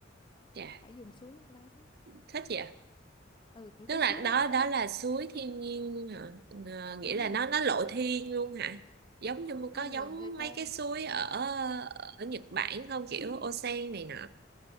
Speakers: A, on the right; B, on the left.
A: dạ
B: phải dùng suối nước nóng.
A: thích vậy
B: Ừ,
A: tức
B: cái
A: là
B: suối đó
A: đó
B: đã
A: đó
B: lắm.
A: là suối thiên nhiên hả Ờ, nghĩa
B: Đúng
A: là
B: rồi.
A: nó nó lộ thiên luôn hả giống như
B: không
A: có giống
B: người người ta
A: mấy cái suối ở ở Nhật Bản không kiểu onsen này nọ